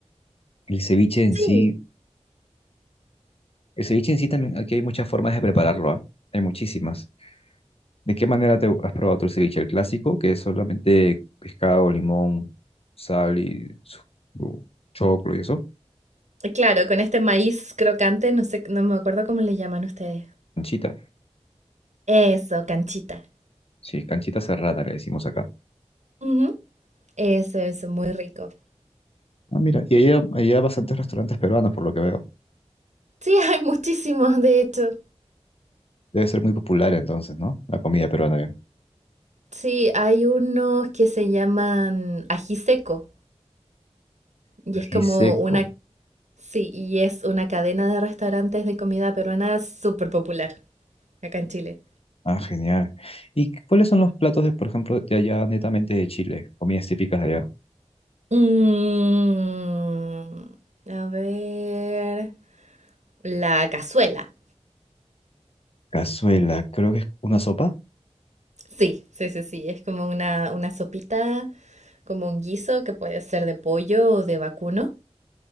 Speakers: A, on the left; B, on the right.
A: El ceviche en
B: Sí,
A: sí, el ceviche en sí también, aquí hay muchas formas de prepararlo, ¿ah? Hay muchísimas. ¿De qué manera te has probado tu ceviche? El clásico, que es solamente pescado, limón, sal y su- choclo y eso,
B: eh, claro, con este maíz crocante, no sé, no me acuerdo cómo le llaman ustedes.
A: anchita.
B: Eso, canchita.
A: Sí, canchita cerrada le decimos acá.
B: Ujú, Eso, eso, muy rico.
A: Ah, mira, y ahí hay, ahí hay bastantes restaurantes peruanos, por lo que veo.
B: Sí, <laughs> hay muchísimos, de hecho.
A: Debe ser muy popular entonces, ¿no? La comida peruana, bien.
B: Sí, hay unos que se llaman ají seco y
A: Ají
B: es como
A: seco.
B: una, sí, y es una cadena de restaurantes de comida peruana súper popular acá en Chile.
A: Ah, genial. ¿Y cu- cuáles son los platos de, por ejemplo, de allá, netamente de Chile? Comidas típicas de allá.
B: Mm, a ver, la cazuela.
A: Cazuela, creo que es una sopa,
B: Sí, sí, sí, sí, es como una, una sopita. como un guiso que puede ser de pollo o de vacuno.